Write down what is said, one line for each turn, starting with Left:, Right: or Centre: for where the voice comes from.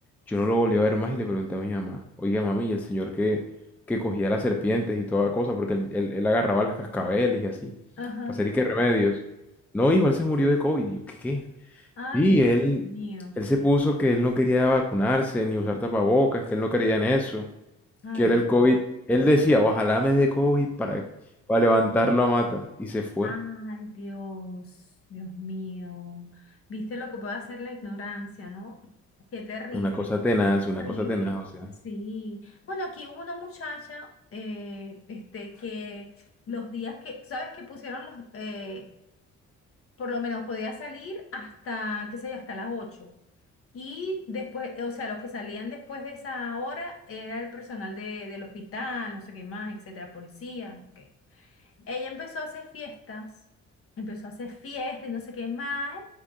Centre: yo no lo volví a ver más y le pregunté a mi mamá, oiga mami, y el señor que, que cogía las serpientes y toda cosa, porque él, él- él agarraba las cascabeles y así,
Left: ajá.
Centre: para hacer y qué remedios. No, hijo, él se murió de COVID. Y yo, ¿qué qué?
Left: Ay,
Centre: Y
Left: Dios
Centre: él,
Left: mío.
Centre: él se puso que él no quería vacunarse ni usar tapabocas, que él no creía en eso,
Left: Ay,
Centre: que era el COVID. Él decía, ojalá me dé COVID para, para levantarlo a mata. Y se fue.
Left: ay, Dios, Dios mío. Viste lo que puede hacer la ignorancia, ¿no? Qué terrible.
Centre: Una cosa tenaz, una
Left: Horrible,
Centre: cosa tenaz, o sea.
Left: sí. Bueno, aquí hubo una muchacha, eh, este, que los días que, ¿sabes que pusieron los, eh, por lo menos podía salir hasta, qué sé yo, hasta las ocho Y después, eh, o sea, los que salían después de esa hora era el personal de, del hospital, no sé qué más, etcétera, policía, ok. Ella empezó a hacer fiestas, empezó a hacer fiestas y no sé qué más,